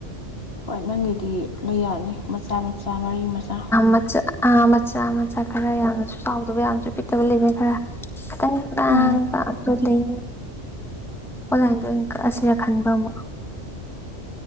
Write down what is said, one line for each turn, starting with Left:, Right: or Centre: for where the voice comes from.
Left: ꯍꯣꯏ ꯅꯪꯒꯤꯗꯤ ꯂꯩ ꯌꯥꯅꯤ ꯃꯆꯥ ꯃꯆꯥ ꯃꯔꯤ ꯃꯆꯥ
Centre: ꯃꯆꯥ ꯃꯆꯥ ꯃꯆꯥ ꯈꯔ ꯌꯥꯝꯅꯁꯨ ꯆꯥꯎꯗꯕ ꯌꯥꯝꯅꯁꯨ ꯄꯤꯛꯇꯕ ꯂꯩꯅ ꯈꯔ ꯈꯤꯇꯪ ꯉꯥꯡꯕ
Left: ꯎꯝ
Centre: ꯂꯩ ꯑꯣꯟꯂꯥꯏꯟꯗ ꯑꯣꯏꯅ ꯀꯛꯑꯁꯤꯔ ꯈꯟꯕ ꯑꯃꯨꯛ